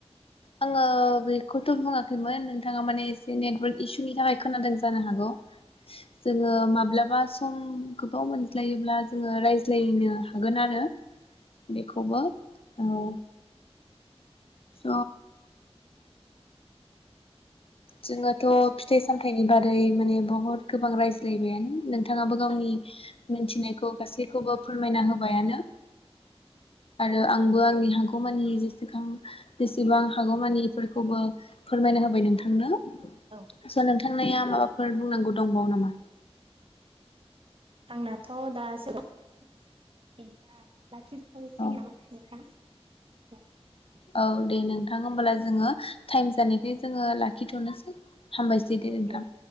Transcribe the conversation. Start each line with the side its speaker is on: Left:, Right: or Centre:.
Left: आङो बेखौथ' बुङाखैमोन नोंथाङा माने एसे नेटवार्क इसुनि थाखाय खोनादों जानो हागौ। जोङो माब्लाबा सम गोबाव मोनज्लायोब्ला जोङो रायज्लायनो हागोन आरो बेखौबो औ। स' जोङोथ' फिथाइ सामथायाइनि बारै माने बहुत गोबां रायज्लायबायानो नों थाङाबा गावनि मिथिनायखौ गासैखौबो फोरमायना होबायानो आरो आंबो आंनि हागौमानि जेसेखां बेसेबां हागौमानिफोरखौबो फोरमायना होबाय नोंथां नोंनो
Right: औ
Left: सोलों थांनाया माबाफोर बुंनांगौ दंबावो नामा?
Right: आंनाथ' दासो <unintelligible> बाखिथ' <unintelligible>
Left: औ
Right: नोंथां <unintelligible>
Left: औ दे नोंथां होमबला जोङो टाइम जानायखाय जोङो लाखिथ'नोसै। हामबायसै
Right: औ
Left: नोंथां
Right: दे